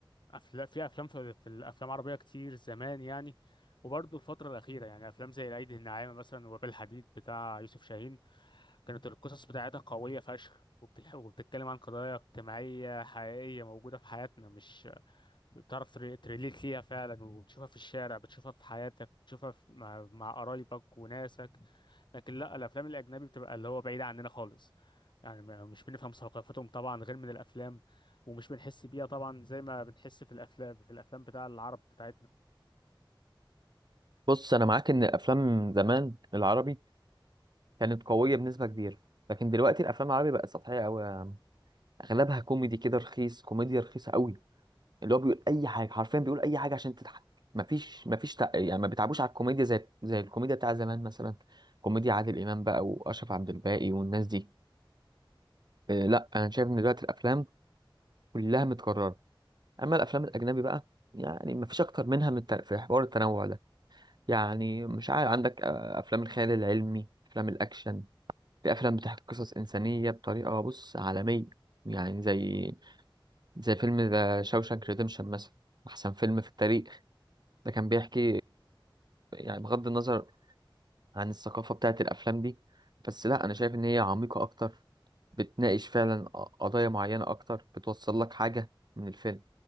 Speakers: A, on the left; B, on the right.
A: أفلا في افلام في, في الافلام العربيه كتير زمان يعني وبرضه الفتره الاخيره يعني افلام زي العيد الناعمه مثلا وباب الحديد بتاع يوسف شاهين كانت القصص بتاعتها قويه فشخ وبتح- وبتتكلم عن قضايا اجتماعيه حقيقيه موجوده في حياتنا مش بتعرف تري- تريليت ليها فعلا وتشوفها في الشارع بتشوفها في حياتك بتشوفها في مع, مع قرايبك وناسك لكن لا الافلام الاجنبي بتبقى اللي هو بعيده عننا خالص يعني ما- مش بنفهم ثقافتهم طبعا غير من الافلام ومش بنحس بيها طبعا زي ما بنحس في الافلام في الافلام بتاع العرب بتاعتنا
B: بص انا معاك ان الافلام زمان العربي كانت قويه بنسبه كبيره لكن دلوقتي الافلام العربي بقت سطحيه قوي اغلبها كوميدي كده رخيص كوميديا رخيصه قوي اللي هو بيقول اي حاجه حرفيا بيقول اي حاجه عشان تضحك مفيش مفيش تق... يعني ما بيتعبوش على الكوميديا زي زي الكوميديا بتاع زمان مثلا كوميديا عادل امام بقى واشرف عبد الباقي والناس دي آه لا انا شايف ان دلوقتي الافلام كلها متكرره اما الافلام الاجنبي بقى يعني مفيش اكتر منها من الت... في حوار التنوع ده يعني مش عارف عندك آه، افلام الخيال العلمي افلام الاكشن في افلام بتحكي قصص انسانيه بطريقه بص عالميه يعني زي زي فيلم ذا شاوشانك ريديمشن مثلا احسن فيلم في التاريخ ده كان بيحكي يعني بغض النظر عن الثقافة بتاعت الأفلام دي بس لا أنا شايف إن هي عميقة أكتر بتناقش فعلا قضايا معينة أكتر بتوصل لك حاجة من الفيلم